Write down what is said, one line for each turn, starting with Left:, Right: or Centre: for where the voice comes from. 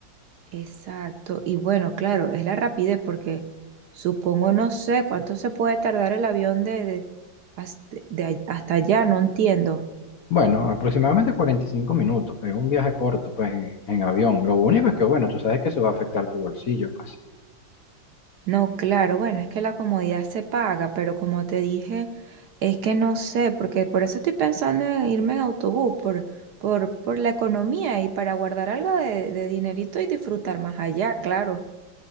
Right: Exacto. Y bueno, claro, es la rapidez porque supongo, no sé cuánto se puede tardar el avión de, de, hasta, de a- hasta allá, no entiendo.
Left: Bueno, aproximadamente 45 minutos. Es un viaje corto, pues, en, en avión. Lo único es que, bueno, tú sabes que eso va a afectar tu bolsillo, pues.
Right: No, claro, bueno, es que la comodidad se paga, pero como te dije, es que no sé, porque por eso estoy pensando en irme en autobús, por, por, por la economía y para guardar algo de, de dinerito y disfrutar más allá, claro.